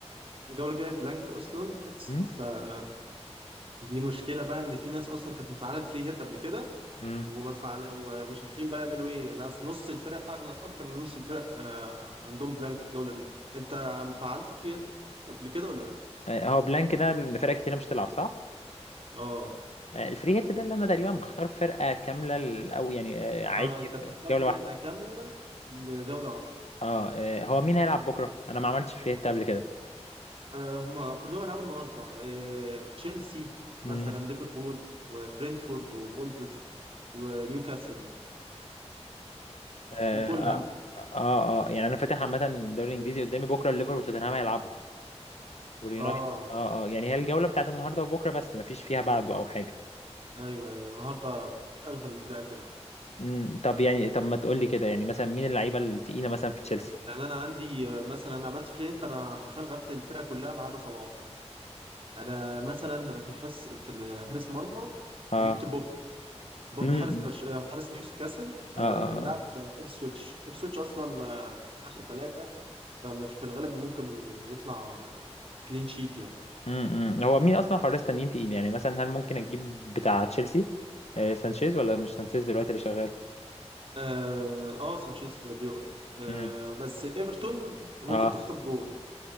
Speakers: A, on the right; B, on the left.
A: الجولة الجاية بلانك أصلا
B: أمم؟
A: فدي مشكلة بقى إن في ناس أصلا كانت مفعلة الفري هيت قبل كده
B: أمم.
A: وما تفعل ومش عارفين بقى يعملوا ايه ناس- نص الفرق اغلب اكتر من نص الفرق آه عندهم بلانك الجوله دي انت فعلت الفري هيت قبل كده ولا لا
B: آه، هو بلانك ده إن فرق كتير مش تلعب صح
A: اه
B: آه، الفري هيت ده اللي انا تقريبا بختار فرقه كامله ال- او يعني آه، عادي
A: آه، انت بتختار
B: جوله
A: فرقه
B: واحده
A: كامله لجوله واحده
B: اه آه، هو مين هيلعب بكره انا ما عملتش فري هيت قبل كده
A: آه هم كلهم هيلعبوا النهارده آه تشيلسي مثلا
B: امم
A: ليفربول وبرنتفورد وولفز ونيوكاسل
B: اه
A: وفولهام
B: اه اه آه. يعني انا فاتح عامه الدوري الانجليزي قدامي بكره الليفر وتوتنهام هيلعبوا واليونايتد
A: اه
B: اه اه يعني هي الجوله بتاعت النهارده وبكره بس ما فيش فيها بعده او حاجه
A: ايوه ايوه النهارده اغلب الفرق هتلعب
B: امم طب يعني طب ما تقول لي كده يعني مثلا مين اللعيبه التقيله مثلا في تشيلسي
A: لان انا عندي آه، مثلا أنا عملت فري هيت انا حرفيا غيرت الفرقه كلها ما عدا صلاح يعني انا مثلا لما في حارس في ال- حارس مرمى
B: اه
A: جبت بوب بوب
B: امم
A: حارس برش... آه، حارس نيوكاسل آه،
B: اه اه
A: هيلعب
B: آه.
A: آه، ابسويتش ابسويتش اصلا آه، اخر ثلاثه فمش في الغالب ممكن يطلع كلين شيت يعني
B: امم امم. هو مين اصلا حراس تانيين تقيل يعني مثلا هل ممكن اجيب بتاع تشيلسي آه، سانشيز ولا مش سانشيز دلوقتي اللي شغال
A: اه آه، سانشيز بيقف آه
B: امم
A: بس ايفرتون ممكن
B: اه
A: تخطف جون